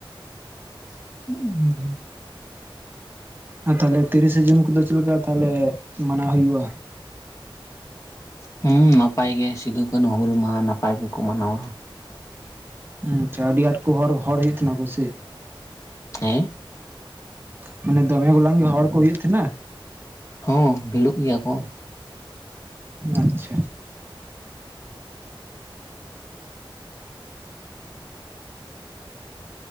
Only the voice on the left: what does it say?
<inaudible>
ᱦᱩᱸ ᱱᱟᱯᱟᱭ ᱜᱮ ᱥᱤᱫᱷᱩ-ᱠᱟᱹᱱᱦᱩ ᱦᱩᱞ ᱢᱟᱦᱟᱸ ᱱᱟᱯᱟᱭ ᱜᱮᱠᱚ ᱢᱟᱱᱟᱣᱟ᱾
ᱦᱮᱸ
ᱦᱚᱸ ᱵᱷᱤᱲᱚᱜ ᱜᱮᱭᱟ ᱠᱚ
<inaudible>